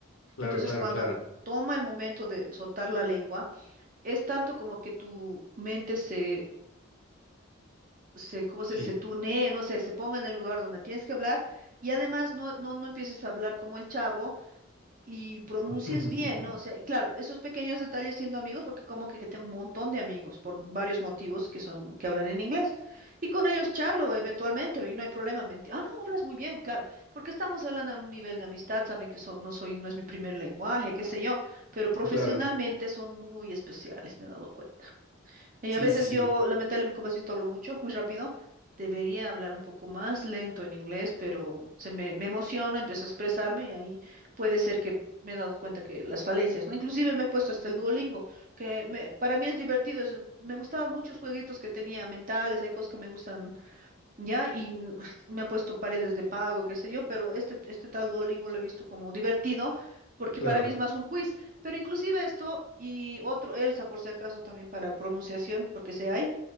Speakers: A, on the left (about 80°); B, on the right (about 40°).
A: claro,
B: Entonces,
A: claro,
B: Ujú. cuando
A: claro,
B: toma el momento de soltar la lengua, es tanto como que tu mente se, se, ¿cómo se,
A: sí,
B: se tunee, no sé, se ponga en el lugar donde tienes que hablar y además no, no, no empieces a hablar como el chavo y pronuncies
A: <laughs>
B: bien, ¿no? O sea, y claro, esos pequeños detalles siendo amigos, porque como que, que tengo un montón de amigos por varios motivos que son, que hablan en inglés. Y con ellos charlo eventualmente y no hay problema. mentir. Ah, no, hablas muy bien, claro, porque estamos hablando en un nivel de amistad, saben que son, no soy, no es mi primer lenguaje, qué sé yo, pero profesionalmente
A: claro,
B: son muy especiales, me he dado cuenta. Y
A: sí,
B: a veces
A: sí, sí,
B: yo, lamentablemente, como has visto, hablo mucho, muy rápido. Debería hablar un poco más lento en inglés, pero se me, me emociona, empiezo a expresarme y ahí puede ser que me he dado cuenta que las falencias, ¿no? Inclusive me he puesto hasta el Duolingo, que me- para mí es divertido. es- me gustaban muchos jueguitos que tenía mentales, hay cosas que me gustan ya, y mm, <laughs> me han puesto paredes de pago, qué sé yo, pero este, este tal Duolingo lo he visto como divertido, porque
A: claro,
B: para mí es más un quiz, pero inclusive esto y otro Elsa, por si acaso, también para pronunciación, porque sé hay,